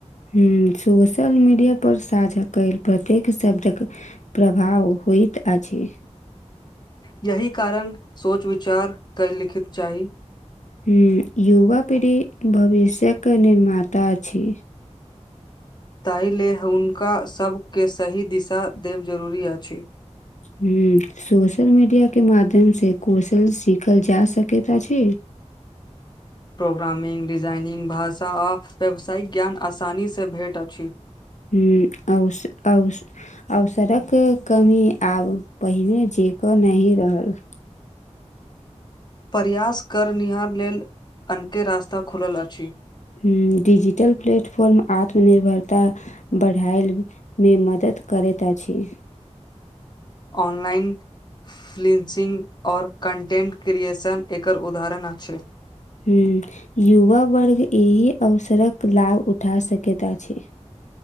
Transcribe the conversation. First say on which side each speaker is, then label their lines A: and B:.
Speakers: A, on the left (about 80°); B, on the left (about 35°).
A: हू सोशल मीडियापर साझा कयल प्रत्येक शब्दक प्रभाव होइत अछि।
B: यहि कारण सोच विचार के लिखित चाही
A: हूँ, युवा पीढ़ी भविष्य के निर्माता छै
B: ताहि लेलऽ हुनका सभके सही दिशा देब जरूरी अछि
A: हू, सोशल मीडिया के माध्यम से कौशल सीखल जा सकत अछि
B: प्रोग्रामिंगग डिजाइनिरग भाषा आ व्यावसायिक ज्ञान आसानीसँ भेट अछि
A: हू, आओश आओश अवसर कऽ कमी आब पहिने जे क नहि रहल
B: प्रयास करनिहार लेलऽ अनके रास्ता खुल अछि
A: हू, डीजिटल प्लेटफॉर्म आत्मनिर्भरता बढ़ाय मे मदद करैत अछि
B: ऑनलाइन। फलिन्सिंग ओर कन्टेन्ट क्रिएशन एकर उदाहरण अछि।
A: हूँ, युवा वर्ग एहि अवसरक लाभ उठा सकैत अछि।